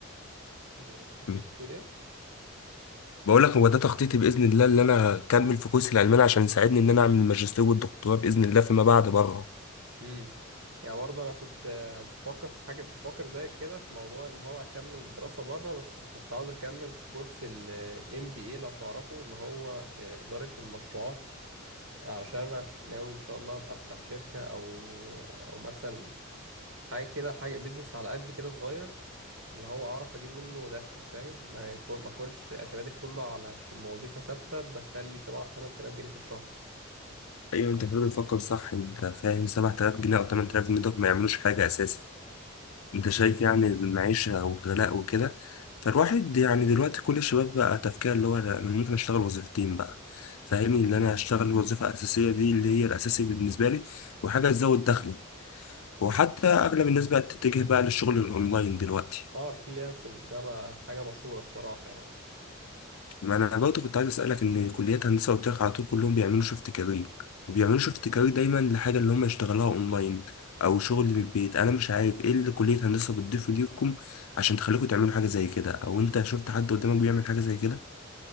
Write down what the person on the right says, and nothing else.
ب- كنت
بتقول ايه
امم يعني برضه انا كنت آه، بفكر في حاجه بفكر زيك كده في موضوع اللي هو اكمل دراسه بره بس كنت عاوز اكمل في كورس الام بي اي لو تعرفه اللي هو آه، اداره المشروعات علشان انا ك- ناوي ان شاء الله ابقى افتح شركه او او مثلا حاجه كده حاجه بيزنس على قد كده صغير اللي هو اعرف اجيب منه دخل فاهم ما يكون ما اكونش اعتمادي كله على ش- وظيفه ثابته تدخل لي 7 8000 جنيه في الشهر
اه الفريلانسنج ده بقى حاجة مشهورة الصراحة يعني